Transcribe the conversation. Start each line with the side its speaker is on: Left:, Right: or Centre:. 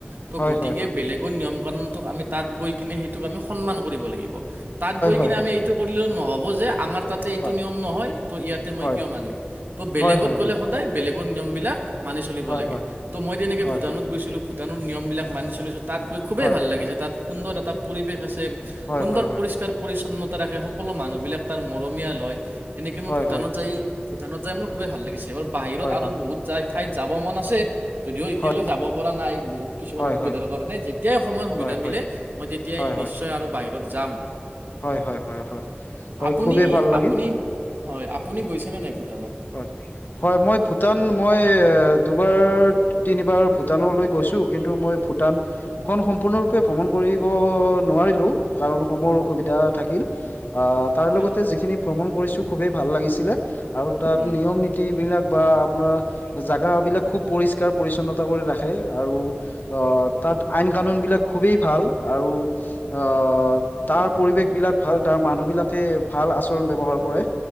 Right: ত
Left: হয়
Right: গতিকে
Left: হয় হয় হয়
Right: বেলেগ টো নিয়ম কানুনটোক আমি তাত গৈ কিনে সেইটোক আমি সন্মান কৰিব লাগিব তাত গৈ কিনে
Left: হয় হয় হয় হয়
Right: আমি এইটো কৰিলেও নহব যে আমাৰ তাতে এইটো
Left: হয়
Right: নিয়ম নহয় ত' ইয়াতে মই
Left: হয়
Right: কিয় মানিম ত' বেলেগত
Left: হয় হয়
Right: গ'লে
Left: হয়
Right: সদায় বেলেগৰ নিয়ম বিলাক মানি চলিব
Left: হয়
Right: লাগে
Left: হয়
Right: ত' মই তেনেকে
Left: হয়
Right: ভূটানত
Left: হয়
Right: গৈছিলো ভূটানৰ নিয়মবিলাক মানি চলিছোঁ তাত গৈ খুবেই
Left: হয়
Right: ভাল লাগিছে তাত সুন্দৰ এটা পৰিৱেশ আছে
Left: হয়
Right: সুন্দৰ
Left: হয়
Right: পৰিষ্কাৰ পৰিচ্ছন্নতা ৰাখে সকলো মানুহ বিলাক তাৰ মৰমিয়াল হয় এনেকে মই
Left: হয়
Right: ভূটানত
Left: হয়
Right: যায় ভূটানত যাই মোৰ খুবেই ভাল লগিছ তেহৰ বাহিৰত
Left: হয়
Right: আৰু
Left: হয় হয় হয়
Right: বহুত যাই ঠাইত যাব মন আছে। যদিও এতিয়ালৈ
Left: হয়
Right: যাব পৰা নাই বহুত কিছুমান
Left: হয়
Right: অসুবিধাৰ
Left: হয়
Right: কাৰণে যেতিয়াই সময় সুবিধা
Left: হয় হয় হয় হয়
Right: মিলে মই তেতিয়াই
Left: হয় হয়
Right: নিশ্চয় আৰু বাহিৰত যাম।
Left: হয় হয় হয় হয়।
Right: আপুনি
Left: খুবেই ভাল লাগিল
Right: আপুনি হয় আপুনি গৈছেনে নাই ভূটানত
Left: হয় হয় মই ভূটান মই দুবাৰ তিনিবাৰ ভূটানলৈ গৈছো কিন্তু মই ভূটান খন সম্পূৰ্ণৰূপে ভ্ৰমণ কৰিব নোৱাৰিলো কাৰণ সমৰো সুবিধা থাকিল আ তাৰ
Right: হয়
Left: লগতে যিখিনি ভ্ৰমণ কৰিছোঁ খুবেই ভাল লাগিছিলে আৰু তাত
Right: উম
Left: নিয়ম নিত টি বিলাক বা আপোনাৰ জাগা বিলাক খুব পৰিষ্কাৰ পৰিছন্নতা কৰি ৰাখে আৰু আহ তাত আইন কানুন বিলাক খুবেই ভাল আৰু আহ তাৰ পৰিৱেশ বিলাক ভাল তাৰ মানুহ বিলাকে ভাল আচৰণ ব্যৱহাৰ কৰে